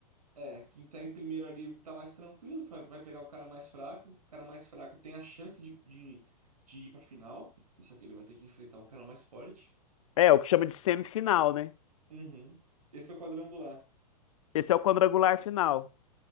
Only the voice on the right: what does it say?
É, quem tá em primeiro ali tá mais tranquilo, que vai, vai pegar o cara mais fraco. O cara mais fraco tem a chance de, de, de ir pra final, só que ele vai ter que enfrentar o cara mais forte.
Uhum. Esse é o quadrangular.